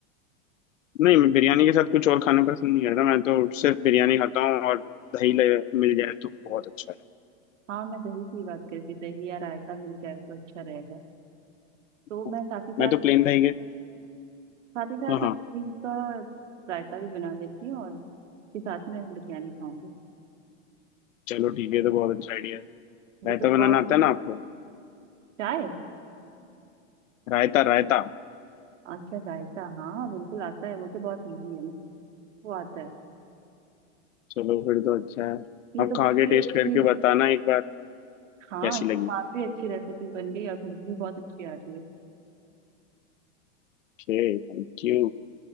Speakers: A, on the left; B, on the right.
A: नहीं मैं बिरयानी के साथ कुछ और खाना पसंद नहीं करता मैं तो सिर्फ बिरयानी खाता हूँ और दही ले मिल जाए तो बहुत अच्छा
B: हाँ मैं दही की बात करती दही या रायता मिल जाए तो अच्छा रहेगा तो मैं
A: है
B: साथ ही साथ
A: मैं तो प्लेन दही के
B: साथ ही साथ
A: हाँ हाँ
B: मैं दही का रायता भी बना लेती हूँ और के साथ में बिरयानी खाऊंगी
A: चलो ठीक है ये तो बहुत अच्छा आइडिया है रायता
B: ये तो बहुत
A: बनाना आता
B: ही
A: है ना आपको
B: चाय
A: रायता रायता
B: अच्छा जायका हाँ बिल्कुल आता है वो तो बहुत इजी है ना वो आता है
A: चलो फिर तो अच्छा है
B: ये
A: आप
B: तो
A: खा
B: काफी
A: के टेस्ट
B: अच्छी
A: करके बताना एक बार
B: हाँ
A: कैसी
B: ये
A: लगी
B: तो काफी अच्छी रेसिपी बन गई और खुशबू भी बहुत अच्छी आ रही है
A: Okay thank you